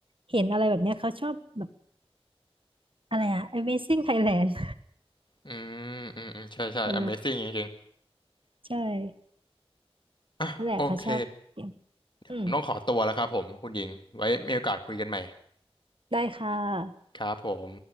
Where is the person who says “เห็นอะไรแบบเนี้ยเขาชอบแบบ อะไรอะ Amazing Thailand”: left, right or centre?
Right